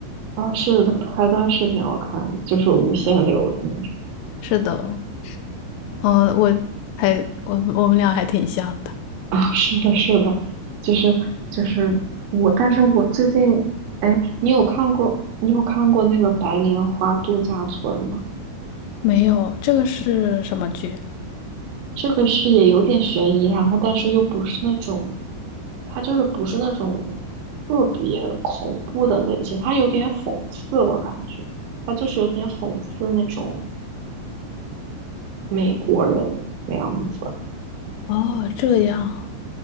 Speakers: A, on the right (about 80°); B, on the left (about 80°).
A: 啊，是的，开端是挺好看的，就是无限流的那种。
B: 是的，呃，我还我我们俩还挺像的。
A: 啊，是的，是的，就是就是我，但是我最近，哎，你有看过你有看过那个《白莲花度假村》吗？
B: 没有，这个是什么剧？
A: 这个是也有点悬疑，然后但是又不是那种它就是不是那种特别恐怖的类型，它有点讽刺，我感觉它就是有点讽刺那种美国人那样子。
B: 哦，这样，